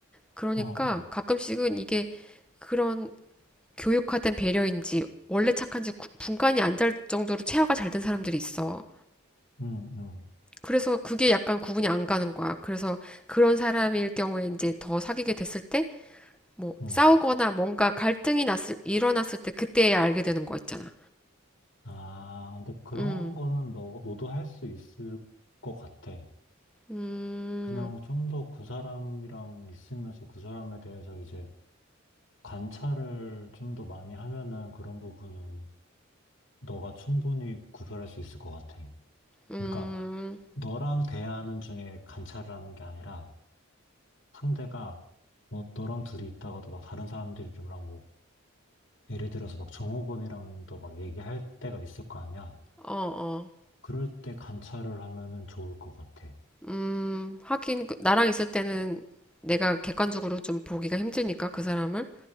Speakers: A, in the centre; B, on the left.
A: 그러니까
B: 어, 어,
A: 가끔씩은 이게 그런 교육화된 배려인지 원래 착한지 구- 분간이 안 될 정도로 체화가 잘 된 사람들이 있어.
B: 응, 응,
A: 그래서 그게 약간 구분이 안 가는 거야. 그래서 그런 사람일 경우에 이제 더 사귀게 됐을 때, 뭐,
B: 응.
A: 싸우거나 뭔가 갈등이 났을, 일어났을 때 그때야 알게 되는 거 있잖아.
B: 아, 근데 그런
A: 음.
B: 거는 너, 너도 할 수 있을 것 같아.
A: 음,
B: 그냥 좀 더 그 사람이랑 있으면서 그 사람에 대해서 이제 관찰을 좀 더 많이 하면은 그런 부분은 너가 충분히 구별할 수 있을 것 같아.
A: 음,
B: 그러니까 너랑 대화하는 중에 관찰을 하는 게 아니라 상대가 뭐 너랑 둘이 있다가도 막 다른 사람들이랑 뭐 예를 들어서 막 종업원이랑도 막 얘기할 때가 있을 거 아니야.
A: 어, 어.
B: 그럴 때 관찰을 하면은 좋을 것 같아.
A: 음, 하긴, 그- 나랑 있을 때는 내가 객관적으로 좀 보기가 힘드니까, 그 사람을.